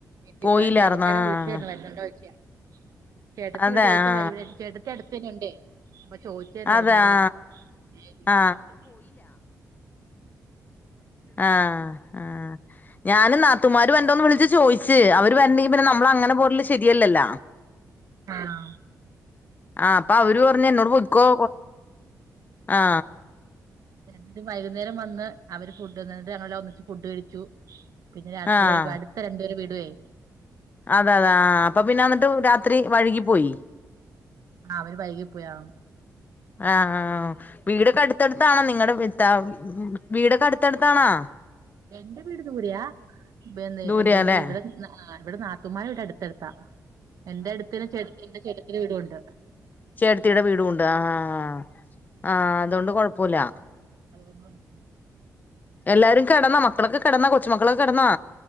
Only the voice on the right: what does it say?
വീട്ടിപോവാൻ
ചേട്ടത്തി
ഒകെ വിളിച്ചായിരുന്നു വരുന്നുണ്ടോ ചോയിക്കാൻ ചേട്ടത്തി
<unintelligible>
ചേട്ടത്തി അട് പിന്നണ്ടെ അപ്പൊ ചോദിച്ചവര്
വരുന്നുണ്ടോന്ന്
ഞാൻ ഇല്ലന്ന്
പറഞ്ഞ്
ആ ആ
രണ്ടും വൈകുന്നേരം വന്ന് അവര് ഫുഡ്‌ന്നിട്ട് ഞങ്ങളെല്ലാം ഒന്നിച്ച് ഫുഡ് കഴിച്ചു പിന്നെ രാത്രിൽ
ഒരു പ അടുത്ത രണ്ടുപേര് <unintelligible>
ആ അവര് വൈകി പോയോ
എന്റെ വീട് ദൂരേയ <unintelligible>
നാത്തൂമാരെ വീട് അട്ത്തട്ത് ക എന്റെ അടുതന്നെ ചെ എൻ്റെ ചേട്ടത്തിടെ വീടുണ്ട്
<unintelligible>